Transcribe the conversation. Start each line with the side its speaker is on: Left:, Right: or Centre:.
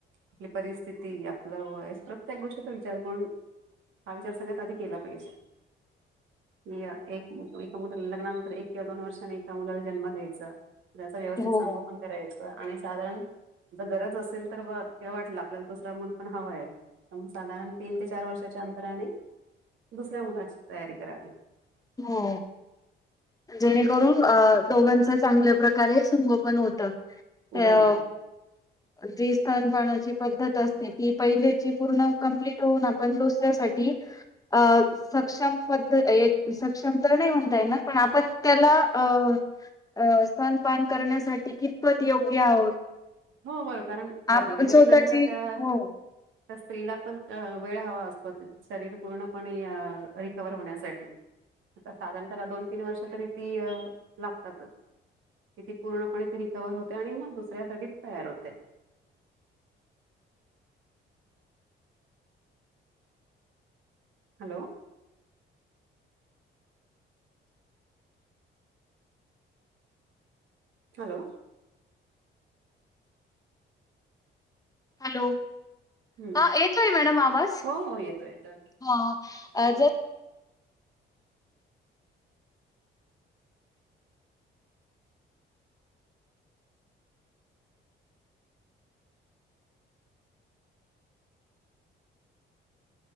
Right: आपली परिस्थिती आपलं वय प्रत्येक गोष्टीचा विचार करून हा विचार सगळ्यात आधी केला पाहिजे या एक मुलं लग्नानंतर एक किवां दोन वर्षाने एका मुलाला जन्म द्यायचा त्याचं व्यवस्थित
Left: हो
Right: संगोपन करायचं आणि साधारण जर गरज असेल तर हे वाटलं आपल्याला दुसरं मुल पण हवं आहे तर मग साधारण तीन ते चार वर्षाच्या अंतराने दुसऱ्या मुलाची तयारी करावी
Left: हो जेणेकरून अ दोघांच चांगल्या प्रकारे संगोपन होतं
Right: बरोबर.
Left: अ जिस तनपाणाची पद्धत असते ती पहिल्याची पूर्ण कम्प्लीट होऊन आपण दुसऱ्यासाठी अ सक्षम पद्ध सक्षम तर नाही म्हणता येणार पण आपण त्याला अ स्तनपान करण्यासाठी कितपत योग्य आहोत
Right: हो बरो कारण
Left: आपण
Right: डिलिव्हरी
Left: स्वतःची
Right: नंतर त्या त्या
Left: हो.
Right: स्त्रीला पण अ वेळ हवा असतो शरीर पूर्णपणे रिकव्हर होण्यासाठी आता साधारण त्याला दोन तीन वर्ष तरी ती लागतातच कि ती पूर्णपणे ती रिकव्हर होते आणि मग दुसऱ्यासाठी तयार होते. हॅलो हॅलो
Left: हॅलो
Right: हं.
Left: हा येतोय मॅडम आवाज
Right: हो हो येतो येतो आता.
Left: ह
Right: हं.
Left: जर